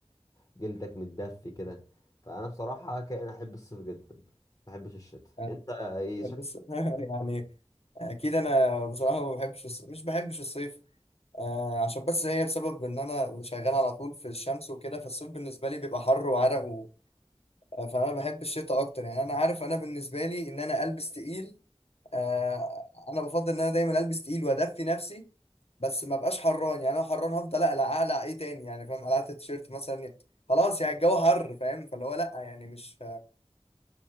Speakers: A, on the left; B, on the left.
A: وجلدك متدفي كده فانا بصراحة كائن احب الصيف جدا ما بحبش الشتاء
B: آه،
A: انت ايه
B: بص
A: شكلك
B: <laughs> يعني أكيد أنا بصراحة ما بحبش الص- مش بحبش الصيف آه، عشان بس هي بسبب إن أنا شغال على طول في الشمس وكده فالصيف بالنسبة لي بيبقى حر وعرق و... آه، فأنا بحب الشتاء أكتر يعني أنا عارف أنا بالنسبة لي إن أنا ألبس تقيل آه انا بفضل ان انا دايما البس تقيل وادفي نفسي بس ما بقاش حران يعني انا حران هفضل اقلع اقلع ايه تاني يعني فاهم قلعت التيشيرت مثلا يعني خلاص يعني الجو حر فاهم فاللي هو لا يعني مش